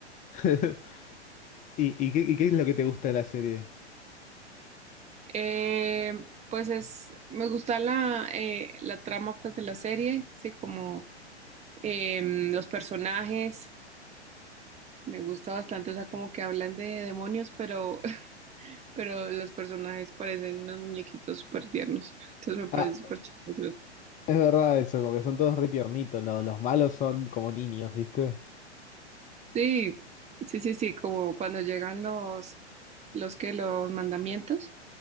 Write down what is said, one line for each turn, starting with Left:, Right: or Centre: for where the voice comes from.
Left: <laughs> ¿Y, y qué, y qué es lo que te gusta de la serie?
Right: Eh, pues es, me gusta la, eh, la trama pues de la serie, así como em, los personajes. Me gusta bastante, o sea, como que hablan de demonios, pero pero los personajes parecen unos muñequitos súper tiernos. Entonces me
Left: Ah,
Right: parece súper chistoso.
Left: es verdad eso, como que son todos re tiernitos, lo- los malos son como niños, ¿viste?
Right: Sí, sí, sí, sí, como cuando llegan los, los que, los mandamientos,